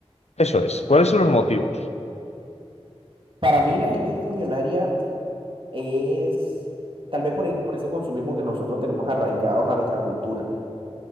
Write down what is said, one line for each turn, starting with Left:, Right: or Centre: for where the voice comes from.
Left: Eso es. ¿Cuáles son los motivos?
Right: Para mí la gente no es millonaria es tal vez por, e- por ese consumismo que nosotros tenemos arraigados a nuestra cultura.